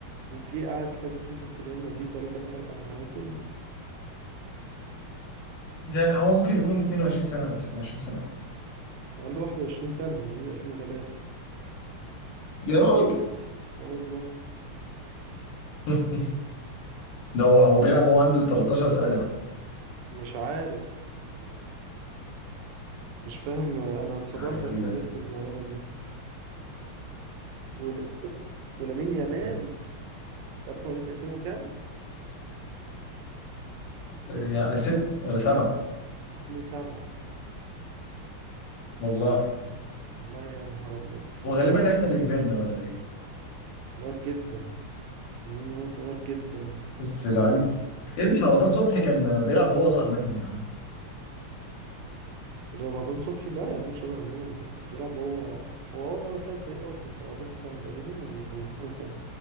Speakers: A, on the right; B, on the left.
A: وجي قعد كذا سيزون في ريال مدريد بقاله 3 4 مواسم
B: يعني هو ممكن يكون 22 سنة ولا 23 سنة
A: وعنده 21 سنه مواليد 2003
B: يا راجل
A: اه والله
B: <laughs> ده هو هو بيلعب وهو عنده 13 سنة بقى.
A: مش عارف يعني مش فاهم انا اتصدمت
B: ده حاجة غريبة
A: لما عرفت المعلومه دي ول- ولامين يامال
B: يعني
A: عارف مواليد 2000 وكام
B: يعني ست ولا سبعة
A: 2007
B: والله
A: والله يا نهار ابيض
B: هو
A: صغير
B: غالبا احنا
A: جدا
B: اللي كبرنا ولا ايه
A: صغير جدا لامين يامال صغير جدا
B: بس لعيب يا ابني رمضان صبحي كان بيلعب وهو اصغر منهم يا عم
A: رمضان صبحي لا يا عم مش اصغر منهم كان بيلعب هو هو اول مره ساعد فريق اول كان 17 سنه تقريبا ولا 18 سنه